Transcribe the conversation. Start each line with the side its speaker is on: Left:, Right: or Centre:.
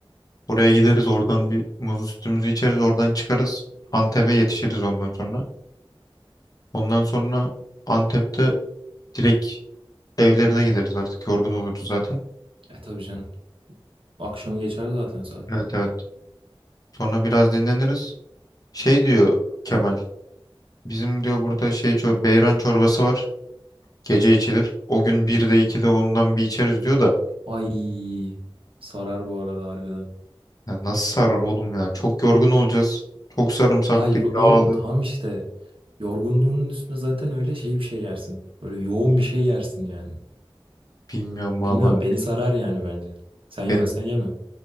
Left: Oraya gideriz oradan bir muzlu sütümüzü içeriz oradan çıkarız. Antep'e yetişiriz ondan sonra. Ondan sonra Antep'te direkt evlerine gideriz artık yorgun oluruz zaten.
Right: E tabii canım. Akşamı geçer zaten saat.
Left: Evet evet. Sonra biraz dinleniriz. Şey diyor Kemal. Bizim diyor burada şey çor beyran çorbası var. Gece içilir. O gün 1'de 2'de ondan bir içeriz diyor da.
Right: Ay sarar bu arada harbiden.
Left: Ya nasıl sarar oğlum ya? Çok yorgun olacağız. Çok sarımsaklı,
Right: Hayır
Left: yağlı.
Right: oğlum tam işte. Yorgunluğunun üstüne zaten öyle şey bir şey yersin. Böyle yoğun bir şey yersin yani.
Left: Bilmiyorum valla.
Right: Bilmiyorum beni sarar yani bence. Sen yemezsen
Left: Benim
Right: yeme.